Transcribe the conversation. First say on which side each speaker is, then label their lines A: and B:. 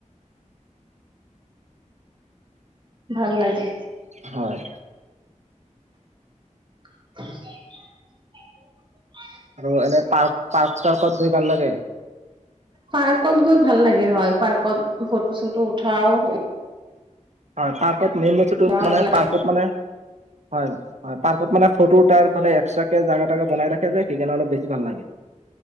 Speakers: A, on the right; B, on the right.
A: ভাল লাগে।
B: হয়।
A: <inaudible>
B: আৰু এনে পাৰ্ক-পাৰ্ক-চাৰ্কত গৈ ভাল লাগে।
A: পাৰ্কত গৈ ভাল লাগে হয় পাৰ্কত ফটো চটো উঠাও হো
B: হয় পাৰ্কত মেইন বস্তুটো
A: ভাল
B: মানে
A: লাগে
B: পাৰ্কত মানে হয় -- হয় পাৰ্কত মানে ফটো তাৰ মানে এক্সট্ৰাকে জাগা তাগা বনাই ৰাখে যে সেইকাৰণে অলপ বেছি ভাল লাগে।